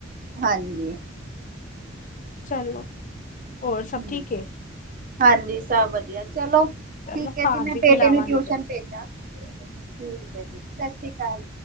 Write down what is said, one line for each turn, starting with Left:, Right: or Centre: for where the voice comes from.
Right: ਹਾਂਜੀ।
Left: ਚਲੋ, ਔਰ ਸਭ
Right: ਹੂੰ,
Left: ਠੀਕ ਏ?
Right: ਹਾਂਜੀ, ਸਭ ਵਧੀਆ ਚਲੋ
Left: ਚਲੋ
Right: ਠੀਕ ਏ
Left: ਹਾਂਜੀ
Right: ਜੀ, ਮੈਂ ਬੇਟੇ
Left: ਮਿਲਾਵਾਂਗੀ
Right: ਨੂੰ ਟਿਊਸ਼ਨ
Left: ਫਿਰ
Right: ਭੇਜ ਦਾ ਠੀਕ ਏ ਜੀ ਸਤਿ ਸ੍ਰੀ ਅਕਾਲ।